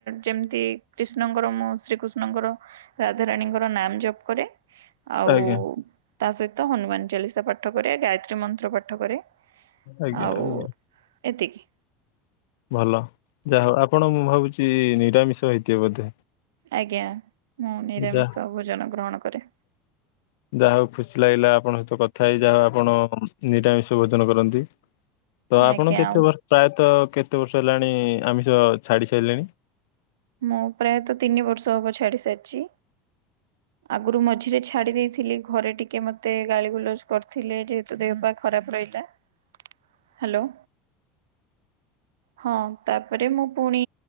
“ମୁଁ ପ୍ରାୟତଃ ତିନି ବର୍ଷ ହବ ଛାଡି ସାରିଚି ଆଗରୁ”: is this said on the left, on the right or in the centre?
Right